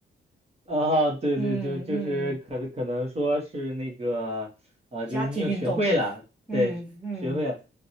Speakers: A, on the right (about 35°); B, in the centre.
A: <laughs> 啊，对对，
B: 嗯嗯，
A: 就就是可能可能说是那个，呃，就是你已学会了，
B: 家庭运动。嗯嗯
A: 对，学会了。